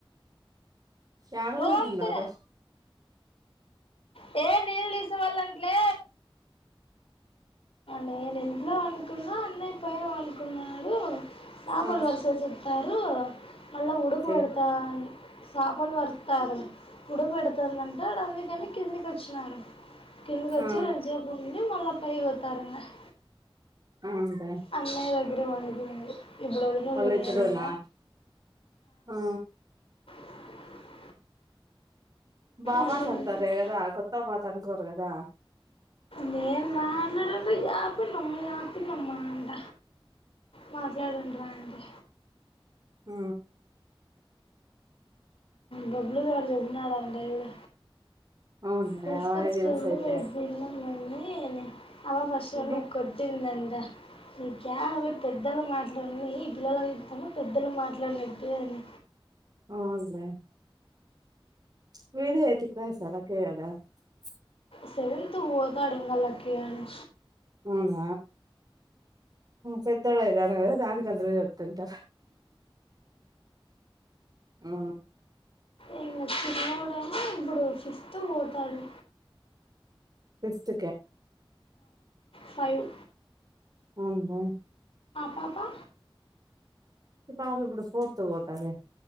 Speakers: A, on the right; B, on the left.
A: యాడ
B: రోంతే
A: కనుకున్నారు
B: లే నీళ్లు తీసుకూరవలాంట్లే నేను ఇంట్లో అనుకున్నా అన్నయ్య పైన అనుకు న్నాడు చపలు
A: ఆ
B: వరిసే చతారు మళ్ళా ఉడుకు
A: చెప్
B: పెడతా చపలు పరుస్తారు ఉడుకు పెడతందంట ఆడ అందుకని కింది కచ్చినారు కింది కచ్చి
A: ఆ
B: రొన్సేపు వచ్చి మళ్ళా పై <unintelligible>
A: అవునులే
B: అన్నయ్య దగ్గర <unintelligible> ఇబుడు ఒదినోళ్లు
A: వాళ్ళిద్దరూనా ఆ
B: <unintelligible>
A: బామట్లాడతారే
B: ఆడే వండుకుంటా
A: కదా కొత్త పాత అనుకోరు కదా
B: నేను మాట్లాడ <unintelligible> యాపిన్నమ్మ యాపిన్నమ్మ అంట మాట్లాడుండరా అండి
A: హ
B: బబ్లుగాడు దోబ్బినడు అంట చూడు
A: అవునులే
B: తీసుకొచ్చుకోండి
A: వానికి తెలుసు అయితే
B: మేము విన్నాంమని అలా
A: అబ్బా
B: కొట్టిందం ట నీకు యలా పెద్దలు మాట్లాడిన ఈ పిల్లల చెతాను పెద్దలు మాట్లాడినటు అని
A: అవున్లె <unintelligible>
B: సెవన్తు కి పోతాడు ఇంగ లక్కీ గాని
A: అవునా పెద్దోళద ్ర చెప్తుంట ఆ
B: ఇం చిన్నాడైనా ఇప్పుడు ఫిఫ్త్ పోతాడు
A: ఇస్క
B: ఫైవ్
A: అవునుా
B: బబా
A: ఇ పాాము ఇప్పుడు ఫోతు పోతద